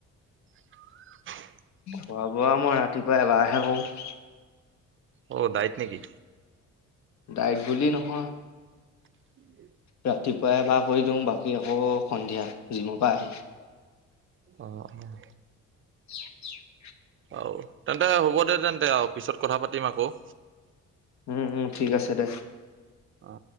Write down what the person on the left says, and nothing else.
খোৱা বোৱা মই ৰাতিপুৱা এবাৰহে কৰোঁ।
ডাইট বুলি নহয়।
ৰাতিপুৱাই এবাৰ কৰি দিওঁ, বাকী আকৌ সন্ধিয়া, জিমৰ পৰা আহি।
<inaudible>
উম, ঠিক আছে দে।